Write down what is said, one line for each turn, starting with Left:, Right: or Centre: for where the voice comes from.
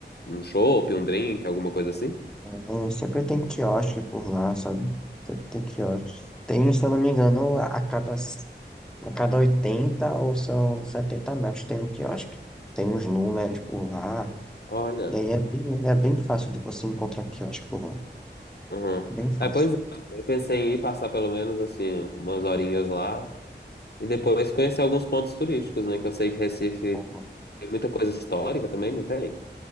Left: um chopp, um drink, alguma coisa assim?
Centre: tem, sempre tem quiosque por lá, sabe? Sempre tem quiosque. Tem, se eu não me engano, a cada, a cada 80 ou são 70 metros tem um quiosque. Tem uns números por lá.
Left: Olha.
Centre: E é bem, é bem fácil de você encontrar quiosque por lá.
Left: Uhum.
Centre: Bem fácil.
Left: É, pois é, eu pensei em ir passar pelo menos assim umas horinhas lá e depois conhecer alguns pontos turísticos, né? Que eu sei que Recife
Centre: Por lá.
Left: tem muita coisa histórica também, não tem?